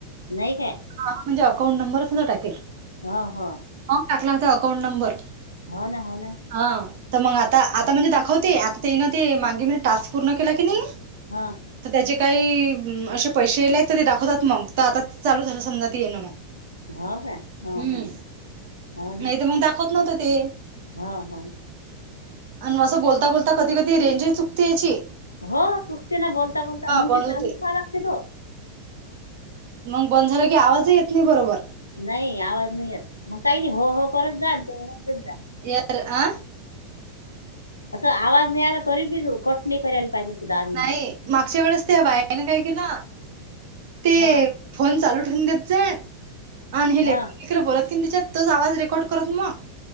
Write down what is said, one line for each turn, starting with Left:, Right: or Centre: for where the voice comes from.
Left: नाही काय
Right: ह म्हणजे अकाउंट नंबर सुद्धा टाकेल
Left: हा हा
Right: मग टाकला होता अकाउंट नंबर
Left: हो ना हो ना
Right: हा तर मग आता
Left: हो
Right: आता म्हणजे दा दाखवते आता ते ना ते माांगे म्ह टास्क पूर्ण केला की नाही
Left: हा
Right: तर त्याचे काही असे पैसेले आहेत तर ते दाखवतात मग तर आता चालू झालं समजा त ये ना मग
Left: हो का हो
Right: हम्म
Left: हो हो ना....
Right: नाही तर मग दाखवत नव्हतं ते....
Left: हा हा....
Right: आणि म कस बोलता बोलता कधी कधी रेंज चुकते अशी....
Left: हो चुकते ना बोलता बोलता मग
Right: बंद
Left: ते
Right: होते
Left: चालूच ठेवाय लागते....
Right: मग बंद झालं की आवाज येत नाही बरोबर....
Left: नाही आवाज नाही येत मग काही नाही हो हो करत जा तेच जा....
Right: यर अ...
Left: असं आवाज नाही आला तरी बी कट नाही करायला पाहिजे... तू दहा मिनिटं.
Right: नाही मागच्या वेळेस त्या बायकांनी काय केलं? ते
Left: हा....
Right: फोन चालू ठेवून देत जा आणि हे
Left: हं
Right: लेप.... तिला बोलत कि त्याच्यात तच आवाज रेकॉर्ड करत मग....